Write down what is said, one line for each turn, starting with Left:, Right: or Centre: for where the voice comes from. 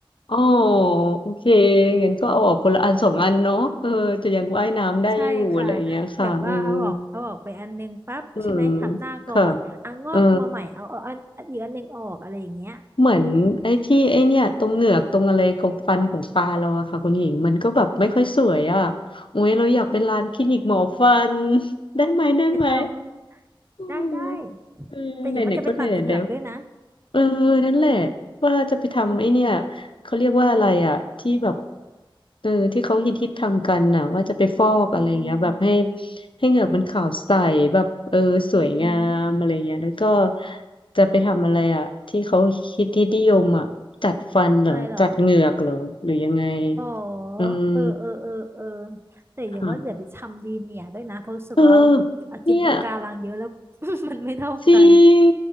Left: อ๋อโอเคงั้นก็เอาออกคนละอันสองอันเนาะเออจะยังว่ายน้ำได้อยู่อะไรอย่างเงี้ยค่ะอืม
Right: ใช่ค่ะ แบบว่าเอาออกเอาออกไปอันนึงปั๊บใช่ไหมทำหน้าก่อนอ่ะงอกมาใหม่เอาเอาอันอันอีกอันนึงออกอะไรอย่างเงี้ย
Left: อืมค่ะเออ เหมือนไอ้ที่ไอ้เนี่ยตรงเหงือกตรงอะไรของฟันของปลาเราอะค่ะคุณหญิงมันก็แบบไม่ค่อยสวยอะโอ้ยเราอยากเป็นร้านคลินิกหมอฟัน <laughs> ได้ไหมได้ไหม
Right: ไปทำได้ได้
Left: อืมอืมไหนๆก็ไหนๆแล้ว
Right: แต่หญิงว่าจะไปตัดเหงือกด้วยนะ
Left: เออนั่นแหละว่าจะไปทำไอเนี่ยเขาเรียกว่าอะไรอ่ะที่แบบเออที่เขาฮิตฮิตทำกันน่ะว่าจะไปฟอกอะไรเงี้ยแบบให้
Right: อืมอืม
Left: ให้เหงือกมันขาวใสแบบเออสวยงามอะไรเงี้ยแล้วก็
Right: อืม
Left: จะไปทำอะไรอ่ะที่เขาฮิตฮิตนิยมอ่ะจัดฟันเหรอจัดเหงือกเหรอหรือยังไง
Right: อะไรเหรอ อ๋อ
Left: อืม
Right: เออเออเออเออแต่อย่างว่าเดี๋ยวไปทำวีเนียร์ด้วยนะเพราะรู้สึกว่า
Left: ค่ะเออ
Right: เอากินปะการังเยอะแล้ว
Left: เนี่ย
Right: <laughs> มันไม่เท่ากัน
Left: จริง